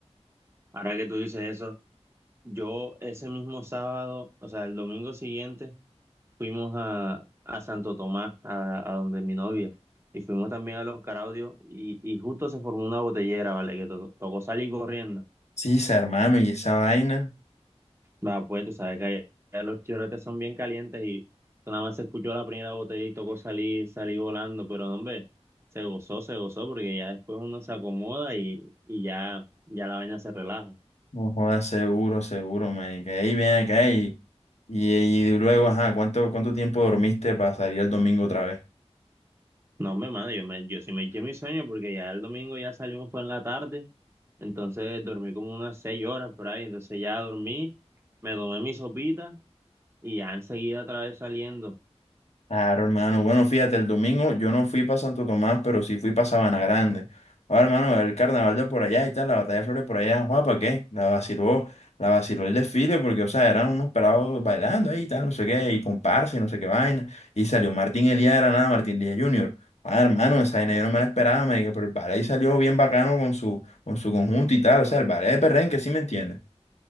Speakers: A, on the right; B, on the left.
A: Ahora que tú dices eso, yo ese mismo sábado, o sea, el domingo siguiente, fuimos a, a Santo Tomás, a, a donde mi novia, y fuimos también a Los Caraudios, y, y justo se formó una botellera, ¿vale? Que to- tocó salir corriendo.
B: Sí, esa hermano, y esa vaina,
A: Va, pues tú sabes que allá los chorretes son bien calientes y tú nada más se escuchó la primera botella y tocó salir, salir volando, pero hombre, se gozó, se gozó, porque ya después uno se acomoda y, y ya, ya la vaina se relaja.
B: no joda, seguro, seguro, marica. Ey, ven acá y, y, y luego, ajá, ¿cuánto, cuánto tiempo dormiste para salir el domingo otra vez?
A: No, hombre, mano, yo, me, yo sí me eché mi sueño porque ya el domingo ya salimos, fue en la tarde, entonces dormí como unas seis horas por ahí, entonces ya dormí, me tomé mi sopita y ya enseguida otra vez saliendo.
B: Claro, hermano. Bueno, fíjate, el domingo yo no fui para Santo Tomás, pero sí fui para Sabana Grande. Ahora, hermano, el carnaval de por allá y tal, la batalla de flores por allá, guapa, ¿qué? La vaciló, la vaciló el desfile, porque, o sea, eran unos pelados bailando ahí y tal, no sé qué, y comparsa y no sé qué vaina. Y salió Martín Elías de la nada, Martín Elías Junior Ah, hermano, esa vaina yo no me la esperaba, me dije, pero el ballet salió bien bacano con su, con su conjunto y tal, o sea, el ballet de perrenque, ¿sí me entiendes?